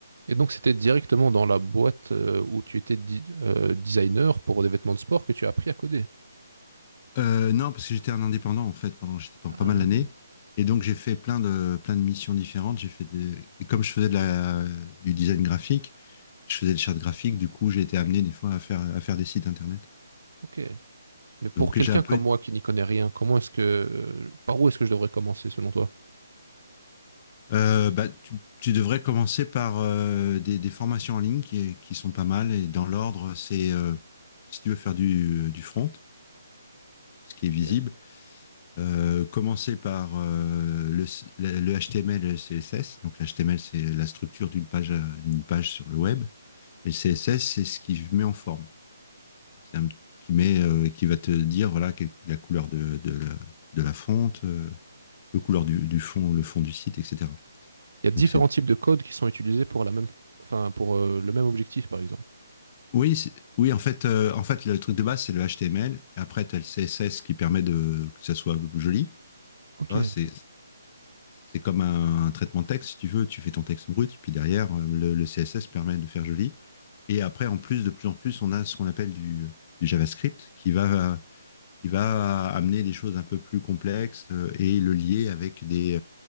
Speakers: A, on the right; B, on the left.
A: Et donc, c'était directement dans la boîte euh, où tu étais di- euh, designer pour des vêtements de sport que tu as appris à coder.
B: Euh, non, parce que j'étais un indépendant en fait pendant j'étais pendant
A: Ah,
B: pas mal d'années.
A: ok.
B: Et donc j'ai fait plein de plein de missions différentes. J'ai fait des- et comme je faisais de la, du design graphique, je faisais des chartes graphiques. Du coup, j'ai été amené des fois à faire à faire des sites internet.
A: Ok. Mais pour
B: Donc
A: quelqu'un
B: j'ai un peu
A: comme
B: une-
A: moi qui n'y connaît rien, comment est-ce que, euh, par où est-ce que je devrais commencer selon toi?
B: euh, bah, tu, tu devrais commencer par euh, des, des formations en ligne qui, qui sont pas mal. Et dans l'ordre, c'est euh, si tu veux faire du, du front, tout ce qui
A: Ok.
B: est visible,
A: Il
B: Euh, commencer par euh, le, le- le HTML et le CSS. Donc, l'HTML, c'est la structure d'une page, une page sur le web. Et le CSS, c'est ce qui met en forme. C'est un, qui met, euh, qui va te dire, voilà, quelle- la couleur de, de la, de la fonte, euh, le couleur du, du fond, le fond du site, etc.
A: y a différents
B: Donc, c'est,
A: types de codes qui sont utilisés pour la même, enfin, pour euh, le même objectif, par exemple.
B: oui, c'est- oui, en fait, euh, en fait, le truc de base, c'est le HTML. Et après, tu as le CSS qui permet de, que ça soit joli.
A: Ok.
B: Ça, c'est c'est comme un, un traitement de texte, si tu veux. Tu fais ton texte brut, puis derrière, euh, le, le CSS permet de faire joli. Et après, en plus, de plus en plus, on a ce qu'on appelle du, du JavaScript qui va, qui va amener des choses un peu plus complexes euh, et le lier avec des,